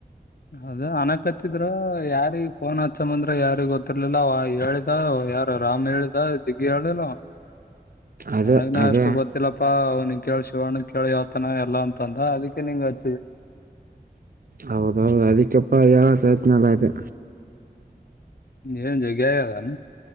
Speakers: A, on the left; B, on the right.
A: ಅದ ಅನಕ್ ಹತ್ತಿದ್ರ ಯಾರಿ ಫೋನ್ ಹಚ್ಚಮ್ಮಂದ್ರ ಯಾರಿ ಗೊತ್ತಿರ್ಲಿಲ್ಲ ಅವ ಹೇಳಿದ. ಯಾರ ರಾಮ್ ಹೇಳಿದ ದಿಗ್ಗಿ ಹೇಳಿಲ್ಲ
B: ಅದೇ
A: ನನಗ್ನ
B: ಅದೇ
A: ಅಷ್ಟು ಗೊತ್ತಿಲ್ಲಪ್ಪಾ ಅವ್ನಂಗ ಕೇಳ್ಸ ಶಿವಣ ಕೇಳಿ ಯಾವತನ ಎಲ್ಲ ಅಂತ ಅಂದ ಅದಕ್ಕೆ ನಿಂಗ ಅಚ್ಚ
B: ಹೌದೌದು ಅದಕ್ಕೆಪ್ಪ ಯ ಪ್ರಯತ್ನಲ್ಲ ಆಐತೆ
A: ಏನ್ ಜಗ ಾನ